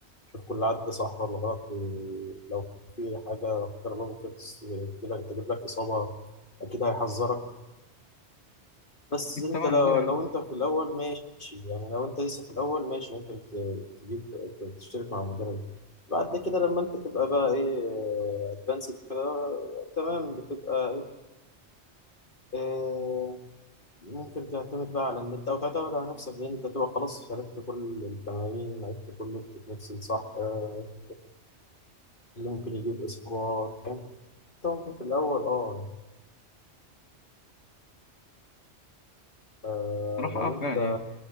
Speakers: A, on the left; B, on the left.
A: شوف كل عدة صح ولا غلط لو في حاجة لا قدر الله ممكن تس- تجيلك- تجيب لك إصابة أكيد هيحذرك بس
B: أكيد
A: أنت
B: طبعا
A: لو
B: مدرب يعني
A: لو أنت في الأول ماشي يعني لو أنت لسه في الأول ماشي ممكن ت- تجيب ت- تشترك مع المدرب بعد كده لما أنت تبقى بقى إيه أدفانسد كده تمام بتبقى إيه آه، ممكن تعتمد بقى على النت او تعتمد على نفسك لان انت تبقى خلاص عرفت كل التمارين عرفت كل التكنيكس الصح عرفت اللي ممكن يجيب اسبوع فاهم طبعاً في الاول اه يعني آه،
B: صراحة
A: لو
B: أه
A: انت
B: فعلا يعني